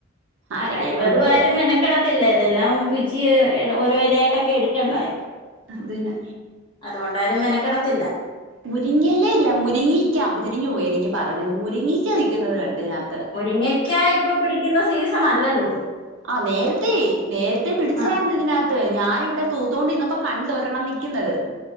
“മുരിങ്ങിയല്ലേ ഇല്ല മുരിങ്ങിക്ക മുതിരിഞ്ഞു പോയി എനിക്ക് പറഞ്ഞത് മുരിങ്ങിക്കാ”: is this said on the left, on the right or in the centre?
Right